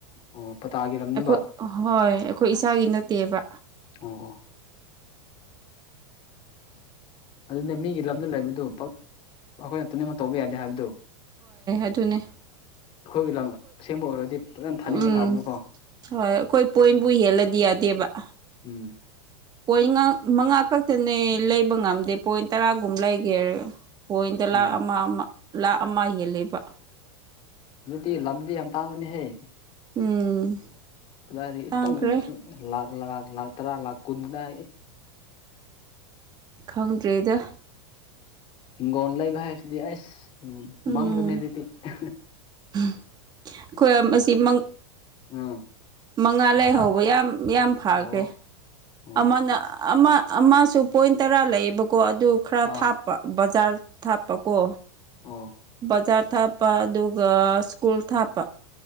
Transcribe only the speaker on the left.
ꯑꯣ ꯄꯇꯥꯒꯤ ꯂꯝꯅꯤꯕ
ꯑꯣ ꯑꯗꯨꯗ ꯃꯤꯒꯤ ꯂꯝꯗ ꯂꯩꯕꯗꯨ ꯑꯩꯈꯣꯏꯅ ꯇꯅꯃꯛ ꯇꯧꯕ ꯌꯥꯗꯦ ꯍꯥꯏꯕꯗꯨ
ꯑꯩꯈꯣꯏꯒꯤ ꯂꯝ ꯑꯁꯦꯡꯕ ꯑꯣꯏꯔꯗꯤ ꯐꯖꯅ ꯊꯥꯅꯤꯡꯕ
ꯊꯥꯕꯅꯀꯣ
ꯎꯝ
ꯎꯝ
ꯑꯗꯨꯗꯤ ꯂꯝꯗꯤ ꯌꯥꯝ ꯇꯥꯡꯕꯅꯤꯍꯦ
ꯀꯗꯥꯇꯪ
ꯂꯥꯛ ꯂꯥꯛ ꯂꯥꯛ ꯇꯔꯥ ꯂꯥꯛꯥꯛ ꯀꯨꯟꯗꯥ
ꯍꯤꯡꯒꯣꯜ ꯂꯩꯕ ꯍꯥꯏꯕꯁꯤꯗꯤ ꯑꯁ
ꯃꯪꯂꯪꯂꯨꯅꯦ ꯑꯗꯨꯖꯤꯛꯇ
ꯑꯥ
ꯊꯥꯏ
ꯑꯣ ꯑꯣ
ꯑꯥ
ꯑꯣ